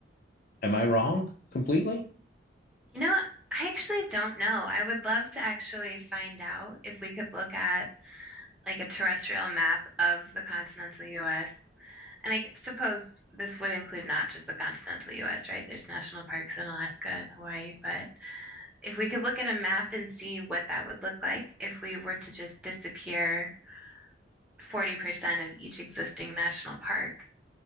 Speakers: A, on the left (about 50°); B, in the centre.
A: Am I wrong completely?
B: You know, I actually don't know. I would love to actually find out if we could look at like a terrestrial map of the continental US. And I suppose this would include not just the continental US, right? There's national parks in Alaska and Hawaii, but if we could look at a map and see what that would look like if we were to just disappear 40% of each existing national park,